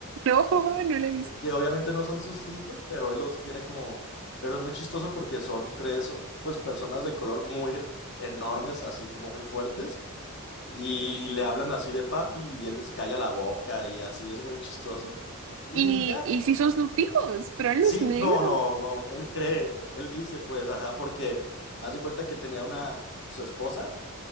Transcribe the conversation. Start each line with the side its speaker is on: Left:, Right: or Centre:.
Right: No, <laughs> no la he visto.
Left: Y Que obviamente no son sus hijos, pero él los quiere como... Pero es muy chistoso porque son tres, pues, personas de color muy gr- enormes, así muy fuertes. Y le hablan así de papi y él les calla la boca y así es muy chistoso. Y
Right: Y,
Left: ya,
Right: y sí son sufijos, pero él
Left: sí,
Right: no es negro.
Left: no, no, no, él cree, él dice pues, ajá, porque hace cuenta que tenía una, su esposa